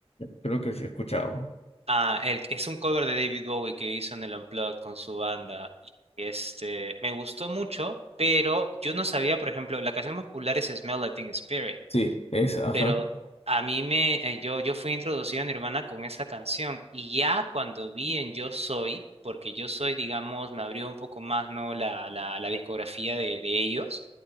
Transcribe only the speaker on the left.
Creo que sí he escuchado.
Sí, es, ajá.